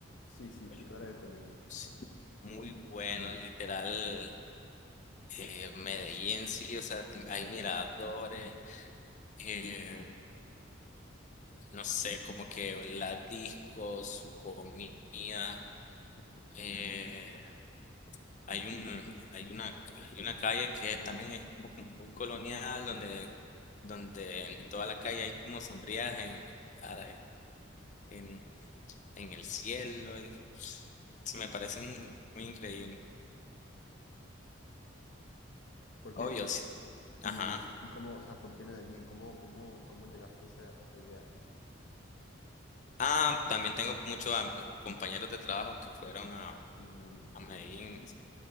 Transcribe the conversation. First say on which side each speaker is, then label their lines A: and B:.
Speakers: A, on the left (about 70°); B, on the left (about 40°).
A: Sí, sí,
B: Pero
A: Piedra del Peñón, justo.
B: sí, Muy bueno, literal. eh, Medellín, sí, o sea, hay miradores, eh, no sé, como que la disco, su comida. eh, hay un, hay una, hay una calle que también es como, como muy colonial, donde, donde en toda la calle hay como sombrías en, ara- en, en el cielo. y se me parece un- muy increíble.
A: Porque,
B: Obvio, sí. Ajá.
A: y, y, y cómo, o sea, ¿por qué Medellín? ¿Cómo, cómo, cómo llegaste a esa, a esa idea?
B: Ah, también tengo muchos am- compañeros de trabajo que fueron a,
A: Mm,
B: a Medellín